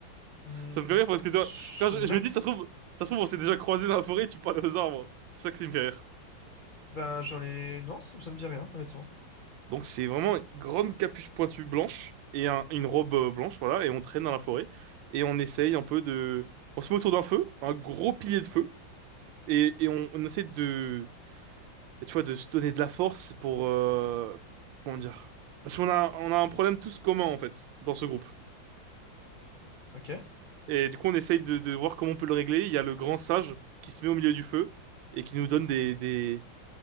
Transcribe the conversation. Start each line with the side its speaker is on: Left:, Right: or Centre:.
Left: Hmm,
Right: Ça me fait rire parce que tu
Left: j'en
Right: vois, quand je,
Left: ai jamais.
Right: je me dis, ça se trouve, ça se trouve, on s'est déjà croisés dans la forêt, et tu parles aux arbres. C'est ça qui me fait rire.
Left: Ben, j'en ai. Non, ça, ça me dit rien, honnêtement.
Right: Donc c'est vraiment une grande capuche pointue blanche et un- une robe euh, blanche, voilà, et on traîne dans la forêt et on essaye un peu de, on se met autour d'un feu, un gros pilier de feu et, et on, on essaie de mais tu vois, de se donner de la force pour... euh, comment dire? Parce qu'on a, on a un problème tous commun, en fait, dans ce groupe.
Left: Ok.
Right: Et du coup, on essaye de, de voir comment on peut le régler. Il y a le grand sage qui se met au milieu du feu et qui nous donne des, des,